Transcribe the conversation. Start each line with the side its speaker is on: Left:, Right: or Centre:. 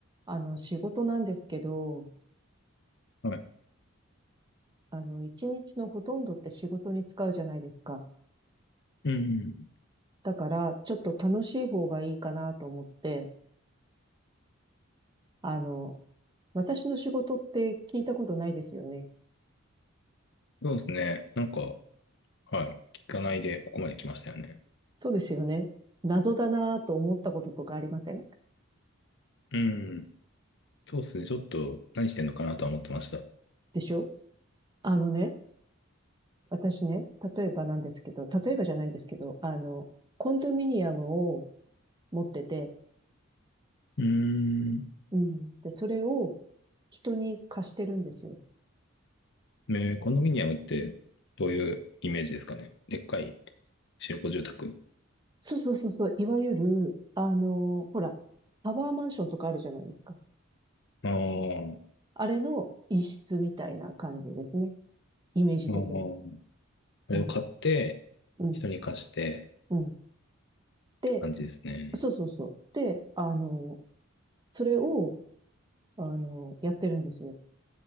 Right: あの、仕事なんですけど、
Left: はい。
Right: あの、一日のほとんどって仕事に使うじゃないですか。
Left: うん。
Right: だから、ちょっと楽しい方がいいかなと思って、あの、私の仕事って聞いたことないですよね。
Left: そうですね。なんか、はい。聞かないでここまで来ましたよね。
Right: そうですよね。謎だなと思ったこととかありません
Left: うん。そうですね。ちょっと何してんのかなとは思ってました。
Right: でしょあのね、私ね、例えばなんですけど、例えばじゃないんですけど、あの、コンドミニアムを持ってて、
Left: うん。
Right: うん。で、それを人に貸してるんですよ。
Left: えーコンドミニアムってどういうイメージですかね。でっかい集合住宅。
Right: そうそうそうそう、いわゆる、あの、ほら、タワーマンションとかあるじゃないですか。
Left: ああ、あ
Right: あれの一室みたいな感じですね。イメージ的に。
Left: あ。あれを買って、
Right: うん、うん、
Left: 人に貸してっ
Right: うん。で、
Left: て感じですね。
Right: そうそうそう。で、あの、それを、あの、やってるんですよ。